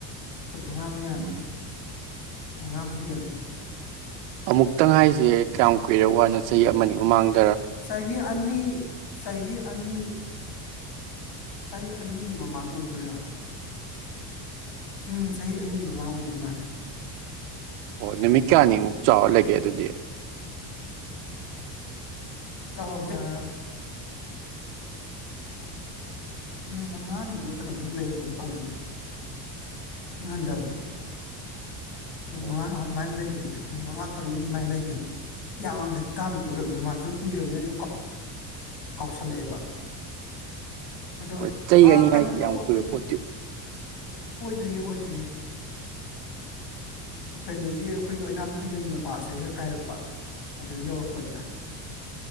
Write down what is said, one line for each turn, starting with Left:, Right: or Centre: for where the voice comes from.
Left: ꯐꯨꯠ ꯃꯉꯥ ꯃꯌꯥ
Right: ꯎꯝ
Left: ꯃꯉꯥꯕꯨ ꯍꯦꯜꯂꯦ
Right: ꯑꯃꯨꯛꯇꯪ ꯍꯥꯏꯁꯦ ꯀꯌꯥꯝ ꯀꯨꯏꯔꯦ ꯋꯥꯅꯣ ꯆꯍꯤ ꯑꯃꯒꯤ ꯃꯃꯥꯡꯗ
Left: ꯁꯍ ꯑꯅꯤ ꯁꯍꯤ ꯑꯅꯤ ꯆꯍꯤ ꯑꯅꯤꯒꯤ ꯃꯃꯥꯡ ꯑꯣꯏꯗꯣꯏꯔꯥ ꯎꯝ ꯆꯍꯤ ꯑꯅꯤꯒꯤ ꯃꯃꯥꯡ ꯑꯣꯏꯗꯣꯏ ꯃꯥꯜꯂꯦ
Right: ꯑꯣ ꯅꯨꯃꯤꯠ ꯀꯌꯥꯅꯤꯃꯨꯛ ꯆꯥꯎꯔꯂꯒꯦ ꯑꯗꯨꯗꯤ
Left: ꯆꯥꯎꯥꯎꯕ꯭ꯔꯥ ꯃꯤꯠ ꯃꯉꯥꯅꯤꯃꯨꯛ ꯂꯧꯀꯅ ꯂꯩꯕ ꯑꯃ ꯇꯧꯅꯤꯅꯦ ꯏꯁꯤꯡꯍꯟꯊꯕꯗꯣ
Right: ꯑꯣ
Left: ꯑꯋꯥ ꯃꯥꯏꯅ ꯂꯩ ꯀꯈꯤꯕ ꯄꯅꯦ ꯅꯨꯃꯤꯠ ꯃꯉꯥ ꯇꯔꯨꯛꯅꯤ ꯑꯗꯨꯃꯥꯏꯅ ꯂꯩꯈꯤꯕꯅꯤ ꯌꯥꯝꯃꯕꯗ ꯍꯞꯇꯥꯃꯨꯛꯇꯤ ꯑꯣꯏꯔꯝꯗꯧ ꯃꯥꯜꯂꯦ ꯁꯨꯝ ꯀꯨꯏꯔꯕꯅꯤꯅ ꯑꯩꯁꯨ ꯀꯥꯎꯁꯜꯂꯛꯑꯦꯕ ꯑꯗꯣ
Right: ꯣꯏ ꯆꯩ
Left: ꯑꯥ
Right: ꯑꯅꯤ
Left: ꯀꯩꯅꯣ
Right: ꯍꯥꯏꯁꯤꯗꯤ
Left: ꯇꯧꯕ
Right: ꯌꯥꯝ
Left: ꯑꯩꯈꯣꯏꯒꯤ
Right: ꯀꯨꯏꯕ ꯄꯣꯠꯇꯤ
Left: ꯑꯣꯏꯗ꯭ꯔꯤꯌꯦ ꯑꯣꯏꯗ꯭ꯔꯤꯌꯦ ꯀꯩꯅꯣꯒꯤ ꯑꯩꯈꯣꯏꯒꯤ ꯑꯣꯏꯅꯥꯝꯊꯦꯡꯒꯜꯒꯤ ꯃꯄꯥꯁꯗ ꯀꯥꯏꯔꯛꯄ ꯑꯗꯨꯗ ꯌꯧꯔꯛꯄꯅꯤꯗ